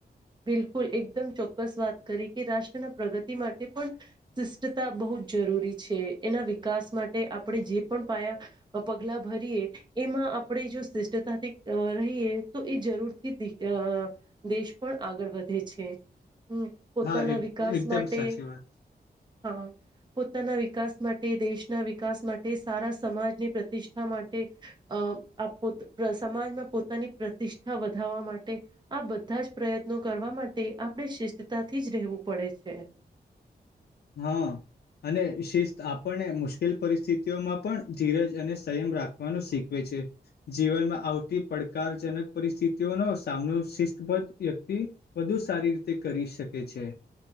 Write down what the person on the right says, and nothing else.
બિલકુલ એકદમ ચોક્કસ વાત કરી કે રાષ્ટ્રના પ્રગતિ માટે પણ શિષ્ટતા બહુ જરૂરી છે એના વિકાસ માટે આપડે જે પણ પાયા પગલા ભરીએ એમ માં આપડે જો શિષ્ટતાથી રહીએ તો એ જરૂરથી અ દેશ પણ આગળ વધે છે. હમ પોતાના
વિકાસ
માટે
હા પોતાના વી કાસ માટે દેશના વિકાસ માટે સારા સમાજની પ્રતિષ્ઠા માટે અ આપો સમાજમાં પોતાની પ્રતિષ્ઠા વધારવા માટે આ બધા જ પ્રયત્નો કરવા માટે આપણે શિસ્તતાથી જ રહેવું પડે છે.